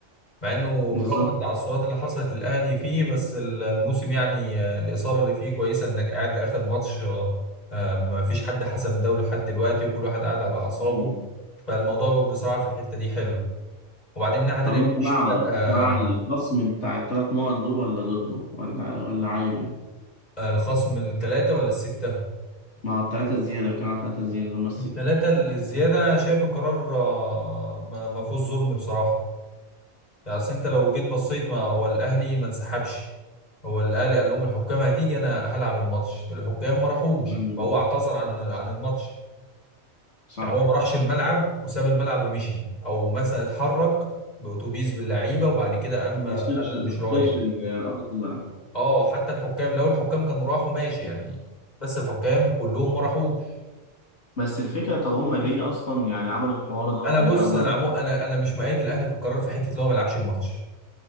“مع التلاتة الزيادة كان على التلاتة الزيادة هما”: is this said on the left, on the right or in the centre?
Left